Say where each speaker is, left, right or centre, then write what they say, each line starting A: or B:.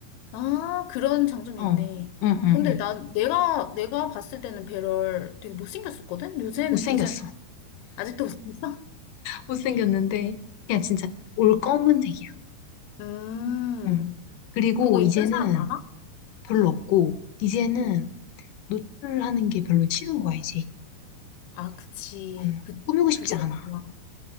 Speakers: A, on the left; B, on the left.
A: 아, 그런 장점이
B: 어,
A: 있네.
B: 응, 응,
A: 근데
B: 응.
A: 난 내가 내가 봤을 때는 배럴 되게 못생겼었거든? 요새는
B: 못생겼어.
A: 디자인 잘 나와. 아직도 못생겼어?
B: 못생겼는데, 그냥 진짜 올 검은색이야.
A: 음.
B: 응. 그리고
A: 그거 입는
B: 이제는
A: 사람 많아?
B: 별로 없고, 이제는
A: 응.
B: 노출하는 게 별로 싫은 거야, 이제.
A: 아, 그치.
B: 어.
A: 그
B: 꾸미고
A: 그게
B: 싶지 않아.
A: 맞구나.